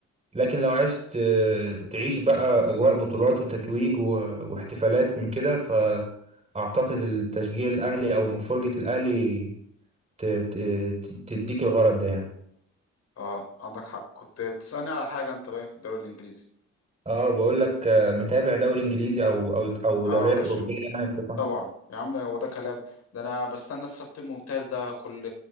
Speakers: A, on the right; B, on the left.
A: لكن لو عايز ت- تعيش بقى اجواء بطولات وتتويج و- واحتفالات من كده فاعتقد التشجيع الاهلي او مفرجة الاهلي ت- ت- ت- تديك الغرض ده يعني
B: اه عندك حق كنت بتسالني على حاجه انت باين في الدوري الانجليزي
A: اه بقول لك آه، متابع دوري انجليزي او او او
B: اه
A: دوريات
B: يا باشا
A: اوروبيه يعني بشكل عام.
B: طبعا يا عم هو ده كلام ده انا بستنى السبت الممتاز ده كل